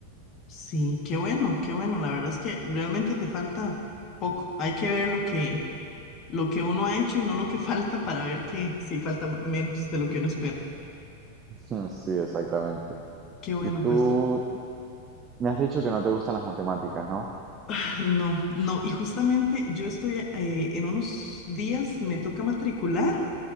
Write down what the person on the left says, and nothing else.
Sí, qué bueno, qué bueno. La verdad es que realmente te falta poco. Hay que ver lo que, lo que uno ha hecho y no lo que <laughs> falta para ver que sí falta menos de lo que uno espera.
Qué bueno,
pues.
Ah, No, no. Y justamente yo estoy, eh, en unos días me toca matricular